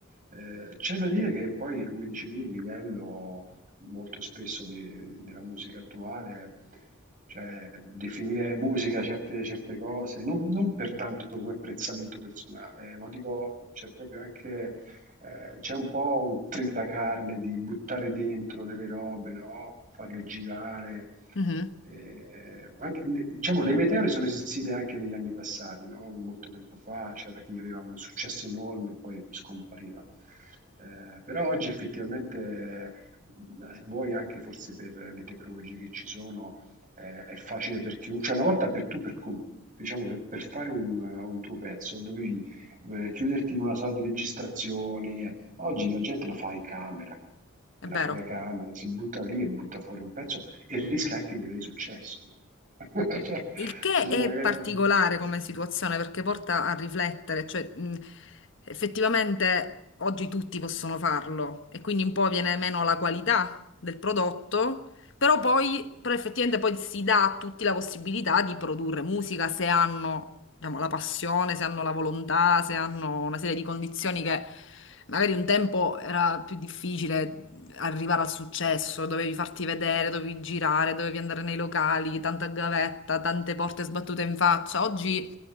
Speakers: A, on the right; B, on the left.
A: Eh, c'è da dire che poi, come dici tu, il livello molto spesso di- della musica attuale, cioè definire musica certe, certe cose, non, non per tanto come apprezzamento personale, eh, ma dico, c'è proprio anche eh, c'è un po' un tritacarne di buttare dentro delle robe, no? Farle girare.
B: Mhm,
A: Eh, anche- diciamo, le meteore sono esistite anche negli anni passati, no? Molto tempo fa c'era chi aveva un successo enorme e poi scompariva. Eh, però oggi effettivamente, eh, vuoi anche forse per le tecnologie che ci sono, eh, è facile per chiunque. Cioè, una volta per tu, per, com- diciamo, per, per fare un, un tuo pezzo, dovevi eh, chiuderti in una sala di registrazione. Oggi la gente lo fa in camera,
B: è
A: nella
B: vero.
A: propria camera, si butta lì e butta fuori un pezzo e rischia anche di avere successo, no? <laughs> Cioè,
B: Il che
A: ci sono
B: è
A: magari
B: particolare
A: anche...
B: come situazione perché porta a riflettere, cioè mh, effettivamente oggi tutti possono farlo e quindi un po' viene meno la qualità del prodotto, però poi però effettivamente poi si dà a tutti la possibilità di produrre musica se hanno, diciamo, la passione, se hanno la volontà, se hanno una serie di condizioni che magari un tempo era più difficile arrivare al successo, dovevi farti vedere, dovevi girare, dovevi andare nei locali, tanta gavetta, tante porte sbattute in faccia. Oggi